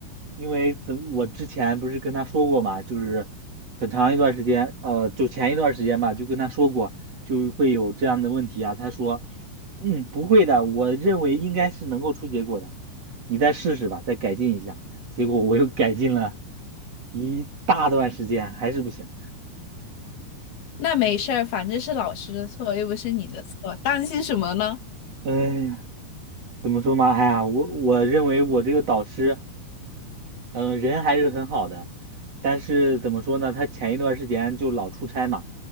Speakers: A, on the right; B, on the left.
A: 因为怎我之前不是跟他说过嘛，就是很长一段时间，呃，就前一段时间吧，就跟他说过，就会有这样的问题啊。他说，嗯，不会的，我认为应该是能够出结果的，你再试试吧，再改进一下。结果我又改进了一大段时间，还是不行。
B: 那没事儿，反正是老师的错，又不是你的错，担心什么呢？
A: 哎呀，怎么说嘛？哎呀，我我认为我这个导师，嗯、人还是很好的，但是怎么说呢？他前一段时间就老出差嘛，